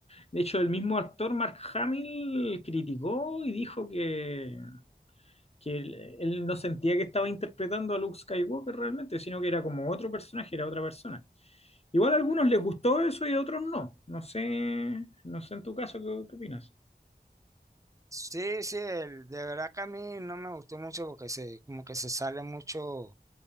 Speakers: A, on the left; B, on the right.
A: De hecho, el mismo actor Mark Hamill criticó y dijo que, que él, él no sentía que estaba interpretando a Luke Skywalker realmente, sino que era como otro personaje, era otra persona. Igual a algunos les gustó eso y a otros no. No sé, no sé en tu caso qué, qué opinas.
B: Sí, sí, el- de verdad que a mí no me gustó mucho porque se, como que se sale mucho